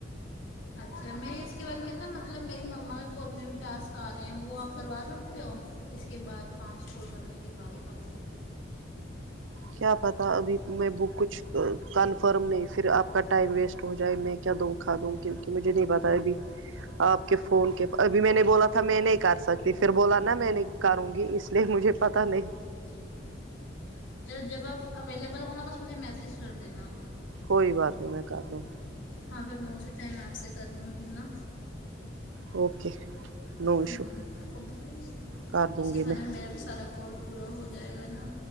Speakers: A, on the left; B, on the right.
A: اچھا میرے اس کے بعد میں نا مطلب میری مما کے فون میں بھی ٹاسک آ رہے ہیں وہ آپ کروا سکتے ہو اس کے بعد پانچ کال کرنے کے بعد کم
B: کیا پتہ ابھی میں بک کچھ کنفرم نہیں پھر آپ کا ٹائم ویسٹ ہو جائے میں کیا دوں کھا دوں کیونکہ مجھے نہیں پتا ہے ابھی آپ کے فون کے ابھی میں نے بولا تھا میں نہیں کر سکتی پھر بولا نا میں نہیں کروں گی اس لیکن مجھے پتہ نہیں
A: <unintelligible> چلو جب آپ اویلیبل ہونا بس مجھے میسج کر دینا
B: کوئی بات نہیں میں کر لوں
A: ہاں پھر میں اسی ٹائم آپ سے کرلوں گی نا
B: اوکے نو ایشو
A: ہوں
B: کر دوں
A: اسی
B: گی
A: بہانے
B: میں
A: میرا بھی سارا کال پورا ہو جائے گا نا